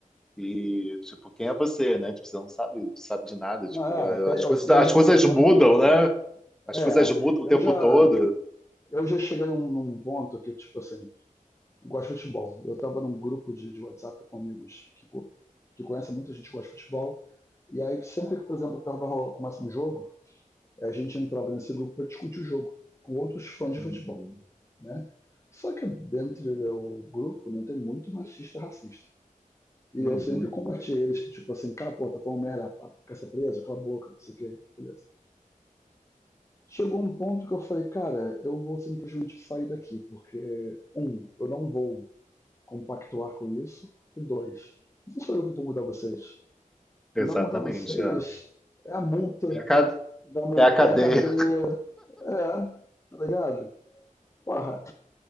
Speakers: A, in the centre; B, on the left.
A: E, tipo, quem é você, né? Tipo, você não sabe, sabe de nada. Tipo,
B: Ah, tem-
A: as
B: eu,
A: coisas,
B: eu
A: as
B: já,
A: coisas
B: por exemplo,
A: mudam, né? As
B: é,
A: coisas mudam o
B: eu
A: tempo
B: já,
A: todo.
B: eu já cheguei num, num ponto que, tipo assim, eu gosto de futebol. Eu estava num grupo de, de WhatsApp com amigos que, co- que conhecem muita gente que gosta de futebol. E aí, sempre que, por exemplo, tava, rola- começa um jogo, é, a gente entrava nesse grupo para discutir o jogo com outros fãs de
A: Uhum,
B: futebol, né? Só que dentro do grupo, né, tem muito machista e racista. E
A: uhum,
B: eu sempre combati eles, tipo assim, cara, pô, tá falando merda, pá, quer ser preso? Cala a boca, não sei o quê, beleza. Chegou um ponto que eu falei, cara, eu vou simplesmente sair daqui, porque, um, eu não vou compactuar com isso, e dois, não sou eu que vou mudar vocês. Quem
A: exatamente.
B: vai mudar vocês
A: É,
B: é a multa,
A: é a ca-
B: quem vai mudar,
A: é a cadeia.
B: é a cadeia, é, tá ligado? Porra,